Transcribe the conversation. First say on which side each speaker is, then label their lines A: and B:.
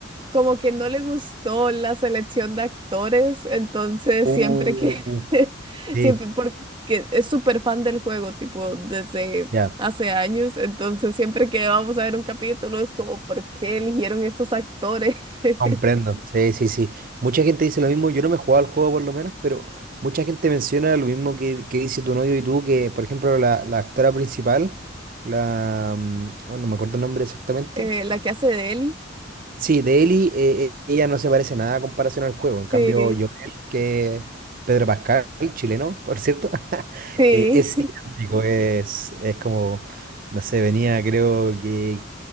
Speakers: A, on the right (about 25°); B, on the right (about 45°).
A: como que no le gustó la selección de actores, entonces
B: Uh,
A: siempre que, <laughs>
B: sí,
A: siempre porque es súper fan del juego, tipo, desde
B: ya.
A: hace años, entonces siempre que vamos a ver un capítulo es como, ¿por qué eligieron estos actores? <laughs>
B: Comprendo, sí, sí, sí. Mucha gente dice lo mismo, yo no me he jugado al juego por lo menos, pero mucha gente menciona lo mismo que, que dice tu novio y tú, que por ejemplo la, la actora principal, la... mm, oh, no me acuerdo el nombre exactamente.
A: Eh, la que hace de Ellie,
B: Sí, de Ellie, eh, eh, ella no se parece nada a comparación al juego.
A: sí,
B: En cambio, Joel, que Pedro Pascal, chileno, por cierto, <laughs>
A: sí.
B: eh, es idéntico, es, es como, no sé, venía creo que